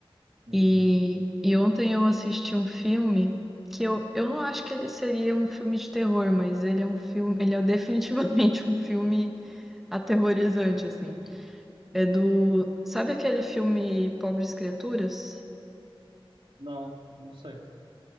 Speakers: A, on the right; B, in the centre.
A: Uhum.
B: E, e ontem eu assisti um filme que eu, eu não acho que ele seria um filme de terror, mas ele é um filme, ele é definitivamente <laughs> um filme aterrorizante, assim. É do, sabe aquele filme Pobres Criaturas?
A: Não, não sei.